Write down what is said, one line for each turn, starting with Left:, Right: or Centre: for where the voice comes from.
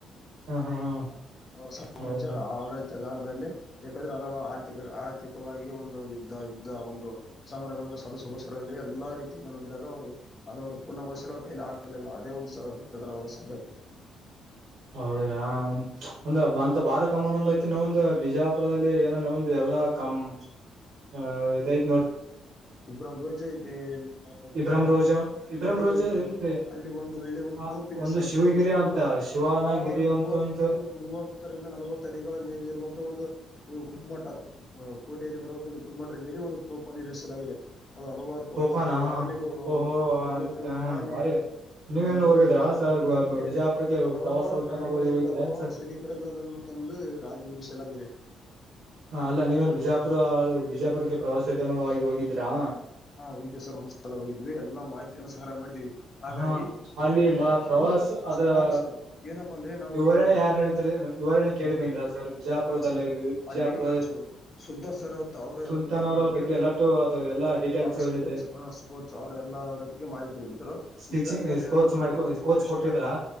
Right: ಹಾ -ಹಾ -ಹಾ
Left: ಅವರು ಸಾಮ್ರಾಜ್ಯ
Right: ಹೌದಾ
Left: ಆಡಳಿತ ಗಾರರಲ್ಲಿ ಯಾಕಂದ್ರೆ ಅವ ಆರ್ಥಿಕ ಆರ್ಥಿಕವಾಗಿ ಒಂದು ಯುದ್ದ ಯುದ್ದ ಒಂದು ಸಮರಗಳು. ಸದಸೋಸರಲ್ಲಿ ಎಲ್ಲಾ ರೀತಿಯಿಂದ ನೋಡಿದಾಗ ಅವ್ರು ಅದನ್ನು ಪೂರ್ಣಗೊಳಿಸಲು ಅವ್ರ ಕೈಲಿ ಆಗಲಿಲ್ಲ ಅದೇ ಒಂದು <unintelligible> ರ ಸಂಲತೆ <unintelligible>
Right: ಹೌದಾ ಒಂದು ಹಬ್ಬ. ಅ -ಬಾರ <unintelligible> ಕಾಮನ್ ಒಂದಐತಿ ನೋಂದು ಬಿಜಾಪುರದಲ್ಲಿ ಏನೋ ನೋಂದು <unintelligible> ಯಾವ್ದ ಕಮ ಹ -ಹೌದಾಯ್ತ
Left: ಇಬ್ರ ರೋಜೆ ಇ <unintelligible>
Right: ಇಬ್ರಾಹಿಂ
Left: ಅವ
Right: ರೋಜಾ ಇಬ್ರಾಹಿಂ
Left: ಊಟೆಗಳ
Right: ರೋಜಾ ಎಲ್ರಿ
Left: ಅಲ್ಲಿ ಲ್ಲಿ -ಒಂದು ಒಳ್ಳೆ ಒಂದು
Right: ಆ
Left: ತೋಪ್ ಇದೆ
Right: ಒಂದು
Left: ಸರ್
Right: ಶಿವಗಿರಿ
Left: ತೋಪ
Right: ಅಂತ
Left: ಅನ್ನು <unintelligible>
Right: ಶಿವನಗಿರಿ
Left: ಸುಮಾರು ಮೂವತ್ತು
Right: ಅಂತ ಒಂದು
Left: ಮೂವತ್ತರಿಂದ ನಲವತ್ತ ಅಡಿಗಳ ಮೇಲಿ ಇರುವಂತ ಒಂದು, ಗುಮ್ಮಟ ಕೋಟೆಯಲ್ಲಿ ಬರುವಂತಂದು ಗುಮ್ಮಟದ ಮೇಲೆ ಒಂದು ತೋಪ ನಿರ್ವಹಿಸಲಾಗಿದೆ. ಅದು ಹಲವಾರು ತೊಂಬತ್ತೇಳು
Right: ಸೋಪಾನ
Left: ಆನೆಗಳು
Right: ಓಹೋ
Left: ತೊಂಬತ್ತೇಳು
Right: ಅಂತ ಹ
Left: ಆನೆ.
Right: ಬಾರಿ ನೀವೇನು
Left: ನೂರ
Right: ಹೋಗಿದ್ರಾ
Left: ಎರಡು
Right: ಸರ್
Left: ಒಂಟೆ
Right: ಬಿಜಾಪುರಕ್ಕೆ
Left: ಹಲವಾರು
Right: ಪ್ರವಾಸೋದ್ಯಮ
Left: ಪ್ರಾಣಿಗಳಿಂದ
Right: ಹೋಗಿದ್ರ
Left: ಹಲವಾರು
Right: ಸರ್
Left: ಸೈನಿಕರಿಂದ ಅದನ್ನು, ತಂದು ರಾಜ್ಯ ಇರಿಸಲಾಗಿದೆ.
Right: ಹ- ಅಲ್ಲ ನೀವೇನು ಬಿಜಾಪುರ ಬಿಜಾಪುರಕ್ಕೆ ಪ್ರವಾಸೋದ್ಯಮವಾಗಿ ಹೋಗಿದ್ದೀರಾ.
Left: ಹಾ- ಹೋಗಿದ್ದೆವಿ ಸರ್ ಒಂದ್ ಸಲ ಹೋಗಿದ್ವಿ ಎಲ್ಲ ಮಾಹಿತಿಯನ್ನು ಸಹಾರ ಮಾಡಿದ್ವಿ. ಹಾಗಾಗಿ
Right: ಹಾ
Left: ಅದಕ್ಕಿಂತ
Right: ಅಲ್ಲಿ ಮ ಪ್ರವಾಸ
Left: ಒಂದು
Right: ಅದ್ರ
Left: ಸುಮಾರು ಸರ್ ಏನಪ್ಪ ಅಂದ್ರೆ ನಾವು
Right: ವಿವರಣೆ
Left: ಒಂದು,
Right: ಯಾರು ನೀಡಿದ್ರು ವಿವರಣೆ ಕೇಳಿ
Left: ಎಮ್ಮೆ
Right: ಬಂದಿರಾ ಸರ್ ಬಿಜಾಪುರದಲ್ಲಿ
Left: -ಹ -ಸರ್
Right: ವಿ- ಬಿಜಾಪುರ
Left: ಅಲ್ಲಿ ಸುಲ್ತಾನ್ ಸರ್ ಅವತ್ ಅವರು
Right: ಸುಲ್ತಾನ್
Left: ಎಲ್ಲ,
Right: ಅವರ
Left: ಬಗ್ಗೆ
Right: ಎಲ್ಲಟ್ಟು ಅದು ಎಲ್ಲಾ ಡೀಟೇಲ್ಸ್
Left: ಅವ್ರ
Right: ಹೇಳಿದ್ರೆ
Left: ಸ್ಪೋರ್ಟ್ಸ್ ಹ ಸ್ಪೋರ್ಟ್ಸ್ ಅವರು ಎಲ್ಲರ ಬಗ್ಗೆ ಮಾಹಿತಿ ನೀಡಿದ್ದಾರೆ.
Right: ಸ್ಟಿಚಿಂಗ್
Left: ಹೀಗಾಗಿ ಅಲ್ಲಿ ಎಲ್ಲಾ
Right: ಕೋಚ್
Left: ನೋಡಿ
Right: ಮಾಡ್ಕೊ
Left: ಒಂದ್ ಇಂಟ್ರೆಸ್ಟ್
Right: ಕೋಚ್ ಕೊಟ್ಟಿದ್ರಾ
Left: ಹ-